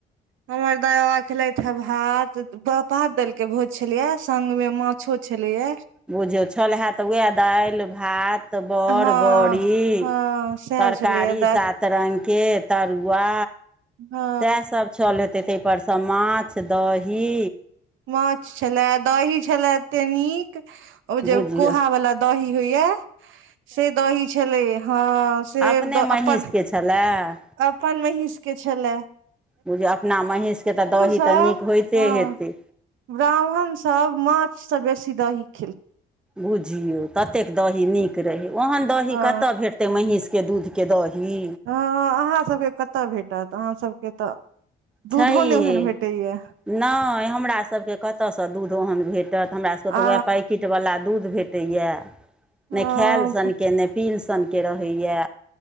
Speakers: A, on the right; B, in the centre.
A: हमर दाइ बाबा केलथि हे भात भात दाल के भोज छलियै संग मे माछो छललियै।
B: बुझियौ छल हए तऽ उएह दालि, भात, बड़,
A: हँ
B: बड़री
A: हँ सएह
B: तरकारी
A: छलैये दाइ
B: सात रंगके तरुआ
A: हँ
B: सेहा सभ छल हेतै ऊपर स माछ दहि
A: माछ छलए दही छलए एतेक नीक ओ
B: बुझियौ
A: जे कोहा वाला दही होइया से दही छलै ह से
B: अपने
A: दऽ
B: महीँसके
A: अपन
B: छलए
A: अपन भैस के छैलऽ
B: बुझिय अपना महीष केँ तऽ दही
A: सब
B: तऽ नीक होइते
A: हँ
B: हेतै।
A: ब्राह्मण सभ माछ से बेसी दही खेलखै।
B: बुझियौ तेक दही नीक रहै ओहन दही
A: हँ
B: कतय भेटतै कतेक महीष के दूधके दही।
A: ह अहाँ सभके कतय भेटत अहाँ सभके तऽ।
B: छैहे
A: दूधो नहि ओहन भेटैया
B: नहि हमरा सभके कत कतयसँ दूध ओहन भेटत हमरा सभकेँ
A: आ
B: तऽ उएह पैकेट वला दूध भेटैए नहि
A: अ
B: खायल सन कऽ नहि पील सान कऽ रहैए